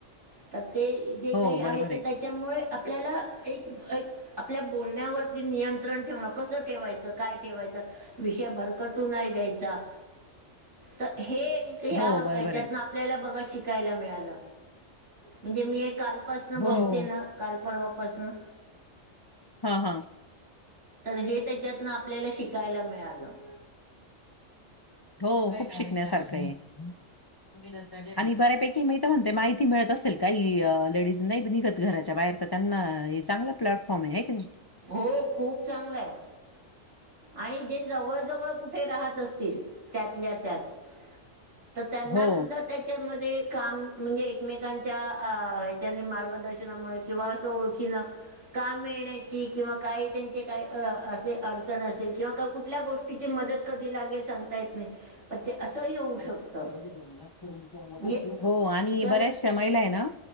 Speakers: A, on the right (about 65°); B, on the left (about 40°).
A: तर ते जे
B: हो.
A: काही आहे
B: बरोबर
A: तर त्याच्यामुळे आपल्याला एक एक आपल्या बोलण्यावरती नियंत्रण कसं ठेवायचं काय ठेवायचं विषयं भरकटू नाही द्यायचा तर हे या
B: हो, बरोबर
A: याच्यात
B: आहे.
A: आपल्याला बघा आपल्याला शिकायला मिळाले म्हणजे मी एक काल पसनं
B: हं. हो.
A: बघते ना
B: हं.
A: काल परवा पासनं
B: हा हा.
A: तर हे त्यांच्यातून आपल्याला शिकायला मिळालं.
B: हॊ हॊ खूप शिकण्या सारखं आहे हे. आणि बऱ्यापैकी माहिती म्हणते माहिती मिळतं असेल काही लेडीज नाही निघतं घराच्या बाहेर. त्यांना हे चांगलं प्लॅटफॉर्म आहे की नाही.
A: हो खूप चांगले आहे. आणि जे जवळ -जवळ कुठे राहत असतील त्यातल्या त्यातं <inaudible> तर त्यांना
B: हो.
A: सुद्धां त्यातं त्यामध्ये कामं म्हणजेअ एकमेकांच्या आं जणांनी मार्ग दर्शनामुळे किंवा असं ओळखीनं काम मिळण्याची किंवा काही त्यांचे कायं? असे अड तर असेल किंवा कुठल्या गोष्टीची मदतं कधी लागेल सांगता येतं नाही. पण ते असंही होऊ
B: <unintelligible>
A: शकतं म्हणजे
B: हो आणि
A: जर
B: बऱ्याचश्या महिला आहे ना